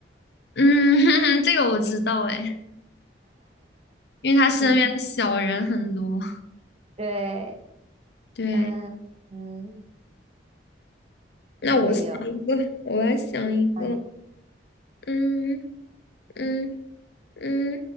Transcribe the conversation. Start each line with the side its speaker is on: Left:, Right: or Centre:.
Left: 嗯，<laughs> 这个我知道哎，因为他身边的小人很多。
Right: <laughs> 对，
Left: 对，
Right: 嗯嗯，
Left: 那我想一个，
Right: 还有，
Left: 我来想一个。
Right: 哎，
Left: 嗯嗯嗯